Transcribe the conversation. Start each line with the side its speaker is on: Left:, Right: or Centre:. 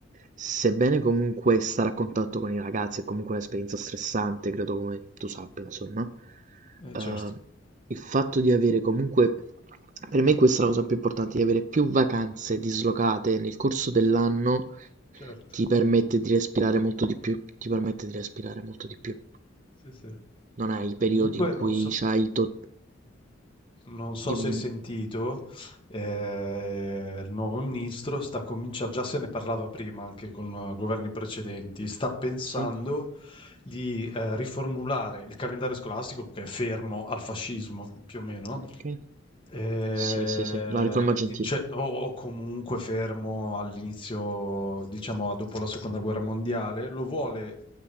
Right: sebbene comunque stare a contatto con i ragazzi è comunque un'esperienza stressante, credo come tu sappia, insomma,
Left: eh,
Right: eh,
Left: certo.
Right: il fatto di avere comunque, per me questa è la cosa più importante, di avere più vacanze dislocate nel corso dell'anno
Left: Certo,
Right: ti permette di respirare molto di più, ti permette di respirare molto di più.
Left: sì, sì.
Right: Non hai i periodi
Left: Comunque
Right: in cui
Left: non so,
Right: c'hai tot...
Left: Non so
Right: Dimmi,
Left: se
Right: dimmi.
Left: hai sentito, eh, il nuovo ministro sta cominciando, già se ne parlava prima anche con eh, governi precedenti, sta pensando
Right: Sì?
Left: di eh, riformulare il calendario scolastico che è fermo al fascismo più o meno,
Right: Ok.
Left: Ehm,
Right: Sì, sì, sì, la riforma Gentile.
Left: i cioè o o comunque fermo all'inizio diciamo dopo la seconda guerra mondiale, lo vuole